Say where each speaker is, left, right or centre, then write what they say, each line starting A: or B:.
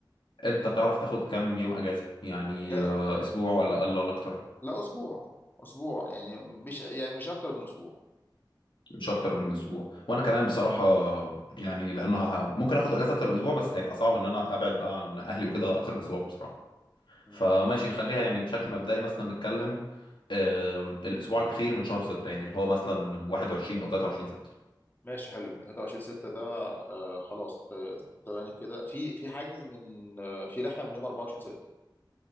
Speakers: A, on the left; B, on the left.
A: أنت تعرف تاخد كام يوم أجازة يعني
B: يعني
A: آه، أسبوع ولا أقل ولا أكتر
B: لا اسبوع اسبوع يعني مش يعني مش اكتر من اسبوع
A: مش اكتر من اسبوع وانا كمان بصراحه يعني لانها ه- ممكن اخد اجازه اكتر من اسبوع بس هيبقى صعب ان انا ابعد بقى عن اهلي وكده اكتر من اسبوع بصراحه
B: مم.
A: فماشي نخليها يعني بشكل مبدئي مثلا نتكلم آه، الاسبوع الاخير من شهر 6 يعني اللي هو مثلا 21 او 23 6
B: ماشي حلو من 23 ستة ده آه خلاص ت- ت- يعني كده في في حجز من آه في رحله من يوم 24 ستة